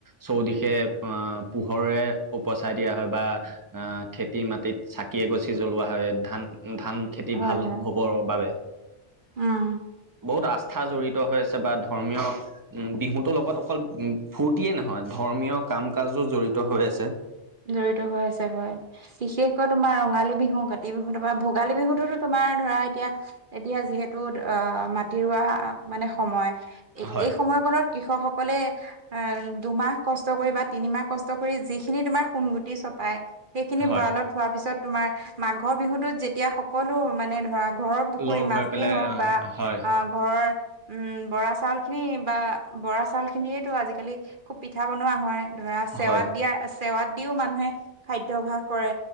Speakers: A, on the right; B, on the right.
A: চৌদিশে অ পোহৰে উপচাই দিয়া হয় বা আহ খেতি মাটিত চাকি এগছি জ্বলোৱা হয় ধান ধান খে খেতি
B: হয়
A: ভাল
B: হয়
A: হবৰ বাবে
B: উম
A: বহুত আস্থা জড়িত হৈ আছে বা ধৰ্মীয় উম বিহুটোৰ লগত অকল ফূৰ্তিয়ে নহয় ধৰ্মীয় কাম কাজো জড়িত হৈ আছে।
B: জড়িত হৈ আছে হয়। বিশেষকৈ তোমাৰ ৰঙালী বিহু কাতি বিহু তাৰপৰা ভোগালী বিহুটোতো তোমাৰ ধৰা এতিয়া এতিয়া যিহেতু অ মাটি ৰুৱা মানে সময়
A: হয়,
B: এই সময় কনত কৃষক সকলে আহ দুমাহ কষ্ট কৰি বা তিনিমাহ কষ্ট কৰি যিখিনি তোমাৰ সোনগুটি চপাই সেইখিনি
A: হয়,
B: ভঁৰালত থোৱাৰ পিছত তোমাৰ মাঘৰ বিহুটোত যেতিয়া সকলো মানে ধৰা ঘৰৰ পুখুৰী
A: লগ
B: মাছেই
A: হৈ পেলাই
B: হওক
A: আহ
B: বা
A: হয়,
B: অ ঘৰৰ উম বৰা চাউলখিনি বা বৰা চাউল খিনিয়েতো আজিকালি খুব পিঠা বনোৱা হয় ধৰা চেৱাত
A: হয়,
B: দিয়া চেৱাত দিও মানুহে খাদ্যাভাস কৰে